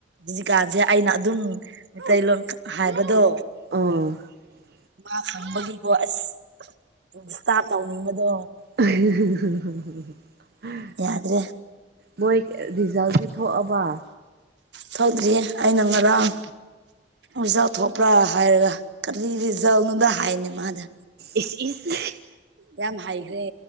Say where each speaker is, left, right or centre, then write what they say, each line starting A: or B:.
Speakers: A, on the right; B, on the right.
A: ꯖꯤꯛꯀꯥꯟꯖꯦ ꯑꯩꯅ ꯑꯗꯨꯝ ꯃꯩꯇꯩꯂꯣꯟ ꯈꯛ ꯍꯥꯏꯕꯗꯣ
B: ꯑ
A: ꯃꯥ ꯈꯪꯕꯒꯤꯀꯣ ꯑꯁ ꯏꯁꯇꯥꯞ ꯇꯧꯅꯤꯡꯕꯗꯣ
B: ꯑ ꯍ ꯍ ꯍ ꯍ ꯍ
A: ꯌꯥꯗ꯭ꯔꯦ
B: ꯃꯣꯏ ꯔꯤꯖꯜꯗꯤ ꯊꯣꯛꯑꯕ
A: ꯊꯧꯛꯗ꯭ꯔꯤꯌꯦ ꯑꯩꯅ ꯉꯔꯥꯡ ꯔꯤꯖꯜ ꯊꯣꯛꯄ꯭ꯔꯥ ꯍꯥꯏꯔꯒ ꯀꯔꯤ ꯔꯤꯖꯜꯅꯣꯗ ꯍꯥꯏꯅꯦ ꯃꯥꯗ
B: ꯏꯁ ꯏꯁ
A: ꯌꯥꯝ ꯍꯥꯏꯈ꯭ꯔꯦ